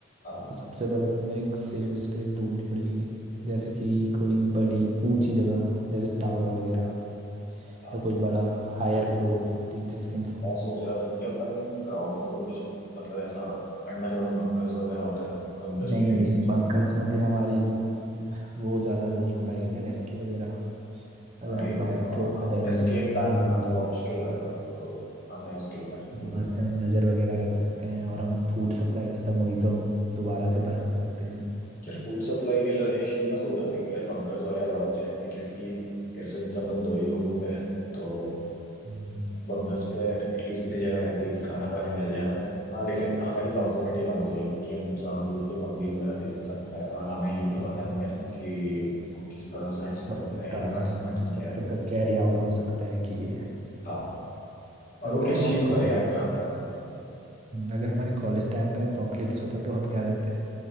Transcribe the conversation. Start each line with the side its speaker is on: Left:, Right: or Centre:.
Left: हैं हाँ,
Right: तो सबसे पहले तो हमें एक सेफ स्पेस ढूंढनी पड़ेगी जैसे कि कोई बड़ी ऊंची जगह जैसे टावर वगैरह
Left: हाँ,
Right: या कोई बड़ा हायर फ्लोर फिफ्टीन सिक्सटीन फ्लोर
Left: मैं सोच रहा था कि अपन ग्राउंड फ्लोर पे छुप- मतलब ऐसा अंडरग्राउंड बंकर्स वगैरह होते हैं ना उन पे छुपने
Right: नहीं नहीं
Left: की सोच
Right: बंकर्स
Left: रहा था
Right: में फिर हमारी वो ज़्यादा वो नहीं हो पाएगी ना रेस्क्यू वगैरह अगर
Left: हाँ ये
Right: हम टॉप
Left: भी है। हाँ
Right: फ्लोर
Left: हाँ
Right: पे रहेंगे
Left: एस्केप
Right: तो हम
Left: प्लान
Right: नजर
Left: बना
Right: हो
Left: थोड़ा
Right: जाएगा
Left: मुश्किल होएगा तो हमें एस्केप प्लान की
Right: वहां
Left: जरूरत
Right: से
Left: है
Right: हम नज़र वगैरह रख सकते हैं और हम फूड सप्लाई खत्म हुई तो हम दोबारा से भरा सकते हैं
Left: यार फूड सप्लाई के लिए ही मैं सोच रहा था कि यार बंकर्स वगैरह ज़्यादा अच्छे रहेंगे क्योंकि यार सिंस अपन दो ही लोग होंगे तो
Right: हम्म,
Left: बस घर पे एटलीस्ट इतनी जगह रहती है कि खाना पानी मिल जाए हमें हाँ लेकिन हमारी प्रॉक्सिमिटी कम हो जाएगी कि हम ज्यादा दूर पे zombies वगैरह देख भी सकते हैं और हमें ये भी तो
Right: हम्म।
Left: पता नहीं है ना कि वो किस तरह से एक्ट
Right: तब
Left: करता
Right: तक
Left: है या
Right: का
Left: उनका एक्शन
Right: हम
Left: पैटर्न क्या
Right: तब
Left: है
Right: तक का कैरी आउट हो सकता है कि ये
Left: हाँ और
Right: अगर
Left: वो किस
Right: हमारे
Left: चीज पर
Right: कॉलेज
Left: रिएक्ट
Right: टाइम
Left: करता है
Right: अगर हमारे कॉलेज टाइम पे अपोकलिप्स होता तो हम क्या करते